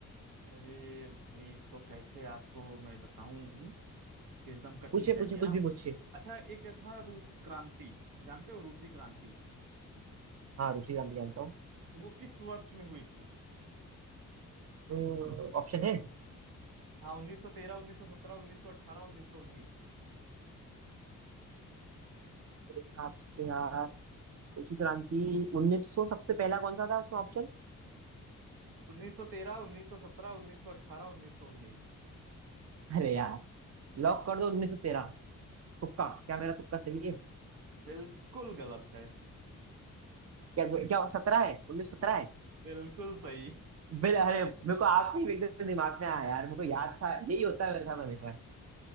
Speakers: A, on the right; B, on the right.
A: अरे भाई इसको कैसे आपको मैं बताऊं कि एकदम कठिन
B: पूछे
A: चाहिए
B: पूछे कुछ
A: हाँ
B: भी पूछे
A: अच्छा एक था रूस क्रांति जानते हो रूसी क्रांति
B: हाँ रुचि जानते जानता हूँ
A: तो वो किस वर्ष में हुई थी
B: ऑप्शन है मेरे
A: हाँ 1913 1917 1918 1919
B: हिसाब से यार कृषि क्रांति 1900 सबसे पहला कौन सा था उसमें ऑप्शन
A: 1913 1917 1918 1919
B: अरे यार लॉक कर दो 1913 तुक्का क्या मेरा तुक्का सही है
A: बिल्कुल गलत है
B: क्या क्या सत्रह है 1917 है
A: बिल्कुल सही
B: बिल अरे मेरे को आखिरी में एकदम दिमाग में आया यार मेरे को याद था यही होता है मेरे साथ हमेशा